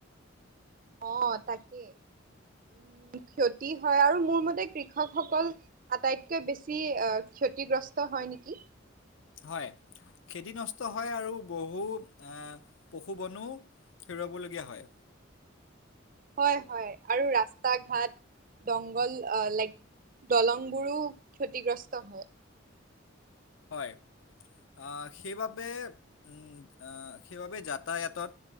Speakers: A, on the right; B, on the left.
A: অ তাকেই উম ক্ষতি হয় আৰু মোৰ মতে কৃষকসকল আটাইতকৈ বেছি আহ ক্ষতিগ্ৰস্ত হয় নেকি
B: হয় খেতি নষ্ট হয় আৰু বহু এ পশু বনো হেৰুৱাবলগীয়া হয়
A: হয় হয় আৰু ৰাস্তা ঘাট দংঘল লাইক দলং বোৰো ক্ষতিগ্ৰস্ত হয়
B: হয় আ সেইবাবে উম আ সেইবাবে যাতায়াতত